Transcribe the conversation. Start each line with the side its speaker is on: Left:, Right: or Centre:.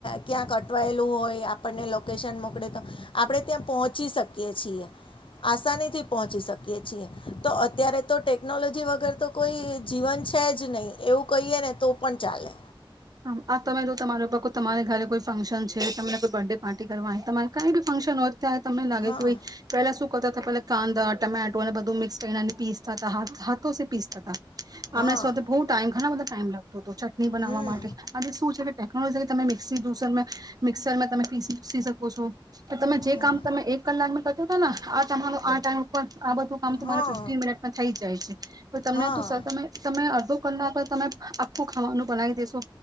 Left: ક્યાં અટવાયેલું હોય આપણને લોકેશન મોકલે તો આપ ત્યા પહોચી શકીએ છીએ આસાનીથી પહોંચી શકીએ છીએ તો અ અત્યારે તો ટેકનોલોજી વ અગર તો કોઈ જીવન છે જ નહીં એવું કહીએ ને તો પણ ચાલે
Right: હા આ તમે જો તમારેકો તમારે ઘરે કોઈ ફંક્શન છે તમને કોઈ બર્થડે પાર્ટી કરવાની તમારે કઈ બી ફંક્શન હોય ત્યારે તમને લાગે
Left: હા
Right: કે ભાઈ પેલા શું <unintelligible> પેહલા કાંદા ટમેટો અને બધું મિક્સ કરીને પી હાથ હાથોથી પીસતા હતા આપણા
Left: હા
Right: સૌ બો ટાઈમ ઘણા બધા ટાઈમ લાગતો હતો ચટણી બનાવા
Left: હમ
Right: માટે શું છે કે ટેકનોલોજી કે તમે મિક્ જ્યુસર મિક્સરમાં તમે પી પીસી શકો છો કે તમે જે
Left: હમ
Right: કામ તમે એક કલાકમાં કર હતા ને આ તમારો આ ટાઈમ ઉપર આ બધું કામ તો તમારે
Left: હા
Right: ફિફ્ટન મિનિટમાં થાય જાય છે પણ તમને
Left: હા
Right: તો સર તમે તમે અડધો કલાક તમે આખું ખાવાનું બનાવી દેેશો